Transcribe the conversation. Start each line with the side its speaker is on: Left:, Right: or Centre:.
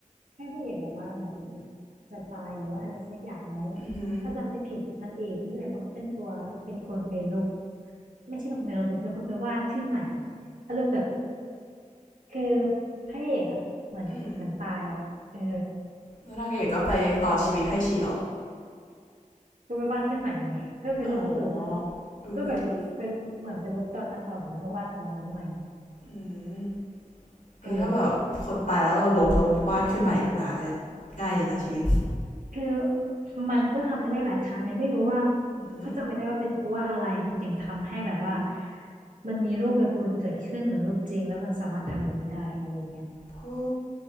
Right: ให้พระเอกแบบว่าเหมือนจะตายหรือว่าอะไรสักอย่างแล้ว
Left: อืมอหือ
Right: ถ้าจำไม่ผิดนางเอกนี่แหละมั้งเป็นตัวเป็นคนไปลบไม่ใช่เป็นคนไปลบแต่เป็นคนไปวาดขึ้นใหม่อารมณ์แบบคือพระเอกอ่ะเหมือนเหมือนตายอ่ะเออ
Left: อืมแล้วนางเอกก็ไปต่อชีวิตให้ชีเหรอ
Right: ก็ไปวาดขึ้นใหม่ไงก็เป็นลบการ์ตูนอ่ะ
Left: อ๋อเออก็ดี
Right: ก็แบบไปลบเหมือนไปลบตอนนั้นออกแล้วก็วาดตอนนั้นใหม่
Left: อืมเออถ้าแบบคนตายแล้วเราลบแล้ววาดขึ้นใหม่ขึ้นมาก็
Right: เออ
Left: ง่ายอยู่นะชีวิต
Right: คือมันก็ทำไม่ได้หลายครั้งไงไม่รู้ว่า
Left: อืม
Right: เขาจำไม่ได้ว่าเป็นเพราะว่าอะไรมันถึงทำให้แบบว่ามันมีรูปการ์ตูนเกิดขึ้นเหมือนรูปจริงแล้วมันสามารถทำแบบนี้ได้อะไรอย่างเงี้ย
Left: โธ่